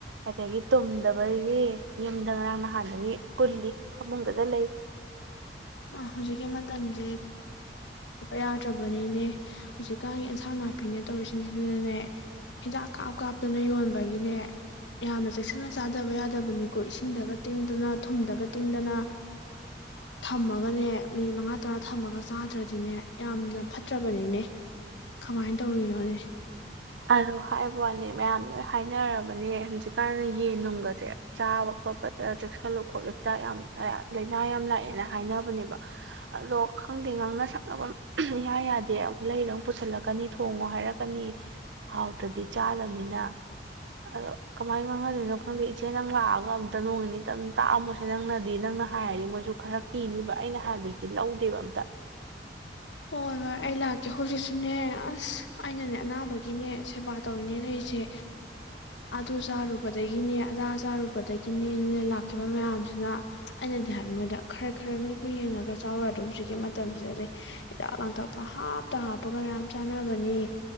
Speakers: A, on the right; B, on the left.
A: ꯑꯗꯒꯤ ꯇꯨꯝꯗꯕꯒꯤ ꯌꯨꯝꯗ ꯉꯔꯥꯡ ꯅꯍꯥꯟꯗꯒꯤ ꯀꯨꯜꯂꯤ ꯐꯃꯨꯡꯗꯨꯗ ꯂꯩ
B: ꯍꯧꯖꯤꯛꯀꯤ ꯃꯇꯝꯁꯦ ꯌꯥꯗ꯭ꯔꯕꯅꯤꯅꯦ ꯍꯧꯖꯤꯛꯀꯥꯟꯒꯤ ꯏꯟꯁꯥꯡ ꯅꯥꯄꯤꯅꯦ ꯇꯧꯔꯤꯁꯤꯡꯁꯤꯅꯅꯅꯦ ꯍꯤꯗꯥꯛ ꯀꯥꯞ ꯀꯥꯞ ꯑꯗꯨꯅ ꯌꯣꯟꯕꯒꯤꯅꯦ ꯌꯥꯝꯅ ꯆꯦꯛꯁꯤꯟꯅ ꯆꯥ ꯆꯠꯇꯕ ꯌꯥꯗꯕꯅꯤꯀꯣ ꯏꯁꯤꯡꯗꯒ ꯇꯤꯡꯗꯅ ꯊꯨꯝꯗꯒ ꯇꯤꯡꯗꯅ ꯊꯝꯃꯒꯅꯦ ꯃꯤꯅꯤꯠ ꯃꯉꯥ ꯇꯔꯥ ꯊꯝꯃꯒ ꯆꯥꯗ꯭ꯔꯗꯤꯅꯦ ꯌꯥꯝꯅ ꯐꯠꯇ꯭ꯔꯕꯅꯤꯅꯦ ꯀꯃꯥꯏꯅ ꯇꯧꯔꯤꯅꯣꯅꯦ
A: ꯑꯗꯣ ꯍꯥꯏꯕ ꯋꯥꯅꯤ ꯃꯌꯥꯝ ꯂꯣꯏ ꯍꯥꯏꯅꯔꯕꯅꯦ ꯍꯧꯖꯤꯛꯀꯥꯟꯗ ꯌꯦꯟ ꯅꯨꯡꯒꯁꯦ ꯆꯥꯕ ꯈꯣꯠꯄ ꯆꯦꯛꯁꯜꯂꯨ ꯈꯣꯠ ꯂꯩꯇꯥꯛ ꯌꯥꯝ ꯂꯥꯏꯅꯥ ꯌꯥꯝ ꯂꯥꯛꯑꯦꯅ ꯍꯥꯏꯅꯕꯅꯦꯕ ꯑꯗꯣ ꯈꯪꯗꯦ ꯉꯥꯡꯅ ꯁꯛꯅꯕ ꯌꯥ ꯌꯥꯗꯦ ꯑꯃꯛ ꯂꯩꯗꯣ ꯄꯨꯁꯤꯜꯂꯛꯀꯅꯤ ꯊꯣꯡꯉꯣ ꯍꯥꯏꯔꯛꯀꯅꯤ ꯍꯥꯎꯗ꯭ꯔꯗꯤ ꯆꯥꯗꯕꯅꯤꯅ ꯑꯗꯣ ꯀꯃꯥꯏꯅ ꯉꯥꯡꯉꯗꯣꯏꯅꯣ ꯈꯪꯗꯦ ꯏꯆꯦ ꯅꯪ ꯂꯥꯛꯑꯒ ꯑꯝꯇ ꯅꯣꯡꯉꯅꯤꯇ ꯇꯥꯛꯑꯝꯃꯣꯁꯦ ꯅꯪꯅꯗꯤ ꯅꯪꯅ ꯍꯥꯏꯔꯤ ꯃꯣꯏꯁꯨ ꯈꯔ ꯀꯤꯅꯤꯕ ꯑꯩꯅ ꯍꯥꯏꯕꯁꯤꯗꯤ ꯂꯧꯗꯦꯕ ꯑꯝꯇ
B: ꯍꯣꯏ ꯍꯣꯏ ꯑꯩ ꯂꯥꯛꯀꯦ ꯍꯧꯖꯤꯛꯁꯨꯅꯦ ꯑꯁ ꯑꯩꯅꯅꯦ ꯑꯅꯥꯕꯒꯤꯅꯦ ꯁꯦꯕꯥ ꯇꯧꯔꯤꯅꯦ ꯂꯩꯔꯤꯁꯦ ꯑꯗꯨꯥ ꯆꯥꯔꯨꯕꯗꯒꯤꯅꯦ ꯑꯗꯥ ꯆꯥꯔꯨꯕꯗꯒꯤꯅꯦꯅꯅꯦ ꯂꯥꯛꯈꯤꯕ ꯃꯌꯥꯝꯁꯤꯅ ꯑꯩꯅꯗꯤ ꯍꯥꯏ ꯃꯣꯏꯗ ꯈꯔ ꯈꯔ ꯅꯣꯏꯕꯨ ꯌꯦꯡꯉꯒ ꯆꯥꯎꯋꯦ ꯑꯗꯣ ꯍꯧꯖꯤꯛꯀꯤ ꯃꯇꯝꯁꯤꯗꯗꯤ ꯏꯔꯣꯟꯟ ꯇ ꯄ ꯍꯥꯞ ꯐꯛꯇ ꯍꯥꯞꯄꯒ ꯃ ꯆꯥꯅꯕꯅꯤ